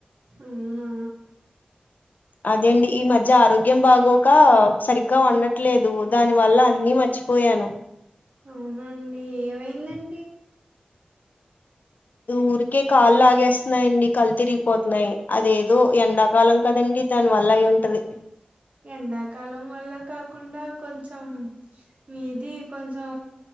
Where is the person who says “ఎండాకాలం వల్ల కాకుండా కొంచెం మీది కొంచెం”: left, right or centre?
Right